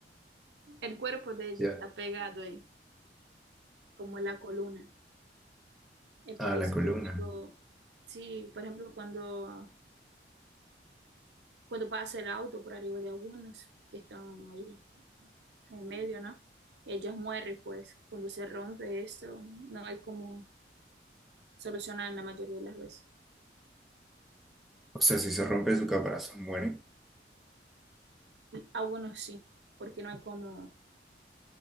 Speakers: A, on the right (about 75°); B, in the centre.
A: el cuerpo de ellos
B: Ya,
A: está pegado ahí, como la columna. Es por
B: ah la
A: eso
B: columna.
A: que cuando, sí, por ejemplo, cuando, cuando pasa el auto por arriba de algunas que están ahí en medio, ¿no? Ellas mueren, pues, cuando se rompe eso, no hay como solucionar la mayoría de las veces.
B: O sea, si se rompe su caparazón, mueren,
A: Algunos sí, porque no hay como,